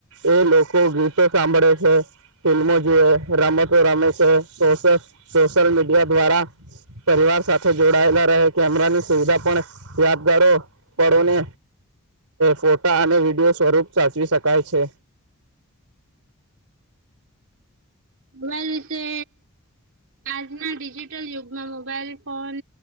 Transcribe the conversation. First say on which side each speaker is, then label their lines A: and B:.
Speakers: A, on the right (about 80°); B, on the right (about 60°).
A: એ લોકો ગીતો સાંભળે છે ફિલ્મો જોુએ રમતો રમે છે સોશિયલ મીડિયા દ્વારા પરિવાર સાથે જોડાયેલા રહે કેમેરાની સુવિધા પણ યાજદારો પરોને ફોટા અને વિડીિયો સ્વરૂપ સાચવી શકે કાય છે
B: મોબાઈલ વિશે આજના ડિજિટલ યુગમાં મોબાઈલ ફોન